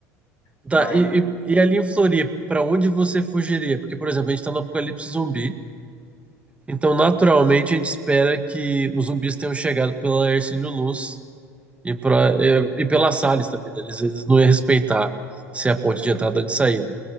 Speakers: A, on the left (about 45°); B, on the right (about 15°).
A: Mas
B: Tá, e, e, e ali em Floripa, pra onde você fugiria? Porque, por exemplo, a gente tá no apocalipse zumbi. Então, naturalmente, a gente espera que os zumbis tenham chegado pela Hercílio Luz e, pra, e, e pela Salles também, né? Eles, eles não iam respeitar se é
A: com
B: a ponte
A: certeza,
B: de entrada ou de saída.